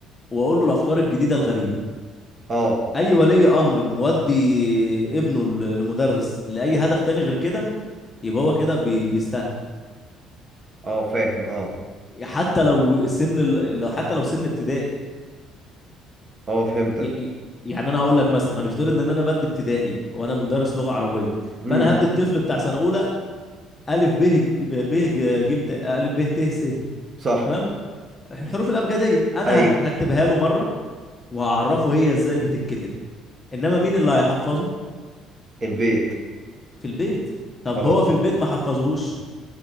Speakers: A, on the left; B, on the right.
A: واقول له الافكار الجديده الغريبه
B: اه
A: اي ولي امر مودي ابنه ل- لمدرس لاي هدف تاني غير كده يبقى هو كده بي... بيستهبل
B: اه فاهم اه
A: حتى لو سن ال... لو حتى لو سن ابتدائي
B: اه فهمتك
A: ي... ي- يعني انا هقول لك مثلا هنفترض ان انا بدي ابتدائي وانا مدرس لغه عربيه
B: امم
A: فانا هدي الطفل بتاع سنه اولى الف ب ب ج ج م ت الف ب ت س
B: صح
A: تمام الحروف الابجديه انا
B: ايوه
A: هك- هكتبها له مره وهعرفه هي ازاي بتتكتب انما مين اللي هيحفظه
B: البيت
A: في البيت طب
B: اه
A: هو في البيت ما حفظهوش